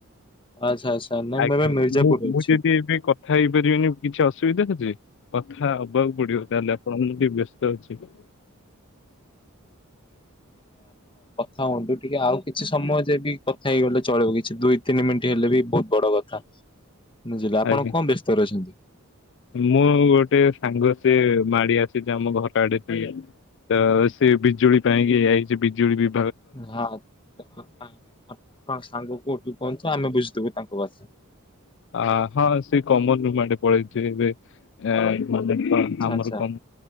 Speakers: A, on the left; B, on the left.
A: ଆଚ୍ଛା ଆଚ୍ଛା ନାଇଁ
B: ଆଜ୍ଞା
A: ମୁଁ ଏବେ ମିର୍ଜାପୁରରେ
B: ମୁଁ ମୁଁ
A: ଅଛି।
B: ଯଦି ଏବେ କଥା ହେଇପାରିବିନି କିଛି ଅସୁବିଧା ଅଛି। କଥା ହବାକୁ ପଡିବ ତାହେଲେ ଆପଣଙ୍କ ମୁଁ ବ୍ୟସ୍ତ ଅଛି।
A: ହଁନ୍ତୁ ଟିକେ ଆଉ କିଛି ସମୟ ଯେ ବି କଥା ହେଇଗଲେ ଚଳିବ କିଛି ଦୁଇ ତିନି ମିନିଟ୍ ହେଲେ ବି ବହୁତ ବଡ କଥା। ବୁଝିଲେ ଆପଣ
B: ଆଜ୍ଞା।
A: କଣ ବ୍ୟସ୍ତରେ ଅଛନ୍ତି?
B: ମୁଁ ଗୋଟେ ସାଙ୍ଗ ସେ ମାଡି ଆସିଛି ଆମ ଘର ଆଡେ ଟିଏ ତ ସେ ବିଜୁଳି ପାଇଁକି ଆଇଛି ବିଜୁଳି ବି
A: ହଁ ଆ କଣ ସାଙ୍ଗ କଉଠି ପହଞ୍ଚୁ ଆମେ ବୁଝିଦବୁ ତାଙ୍କୁ। ହଉ ଆସ।
B: ଆ ହଁ ସେ କମନ୍ ରୁମ୍ ଆଡେ ପଳେଇଛି ଏବେ। ଏ ମ ଆମର
A: ଆଚ୍ଛା ଆଚ୍ଛା
B: କ